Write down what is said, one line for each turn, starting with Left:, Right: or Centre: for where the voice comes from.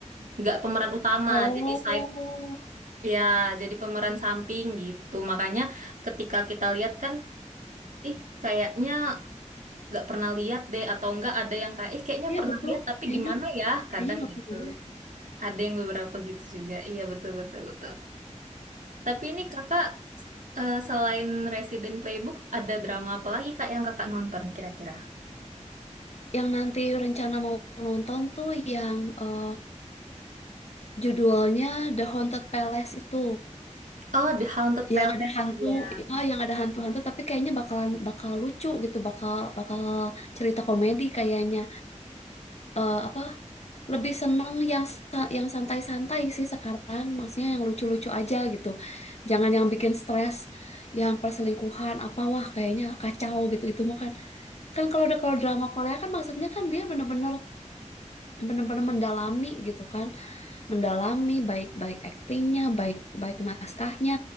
Right: nggak pemeran utama,
Left: Oh,
Right: jadi side ya, jadi pemeran samping gitu. Makanya ketika kita lihat kan, ih kayaknya nggak pernah lihat deh atau enggak ada yang kayak ih kayaknya
Left: iya
Right: pernah
Left: betul.
Right: lihat tapi
Left: Kayaknya
Right: di mana ya?
Left: kayaknya
Right: Kadang
Left: nggak
Right: gitu.
Left: pernah lihat.
Right: Ada yang beberapa gitu juga. Iya betul betul betul. Tapi ini kakak eh, selain Resident Playbook ada drama apa lagi kak yang kakak nonton kira-kira?
Left: Yang nanti rencana mau nonton tuh yang eh, judulnya The Haunted Palace itu.
Right: Oh, The Haunted Palace.
Left: Yang ada hantu,
Right: Iya,
Left: ah, yang ada hantu-hantu tapi kayaknya bakalan bakal lucu gitu, bakal bakal cerita komedi kayaknya. Eh, apa? Lebih seneng yang sa- yang santai-santai sih sekarang, maksudnya yang lucu-lucu aja gitu. Jangan yang bikin stres, yang perselingkuhan apa wah kayaknya kacau gitu. Itu mah kan kan kalau udah kalau drama Korea kan maksudnya kan dia bener-bener bener-bener mendalami gitu kan mendalami baik-baik aktingnya, baik-baik naskahnya,